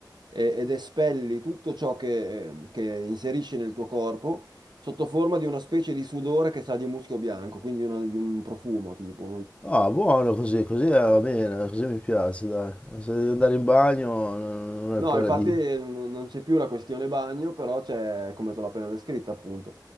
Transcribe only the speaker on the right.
e- ed espelli tutto ciò che, che inserisci nel tuo corpo sotto forma di una specie di sudore che sa di muschio bianco, quindi una- di un profumo tipo.
No,
infatti n- non c'è più la questione bagno, però c'è come te l'ho appena descritta, appunto.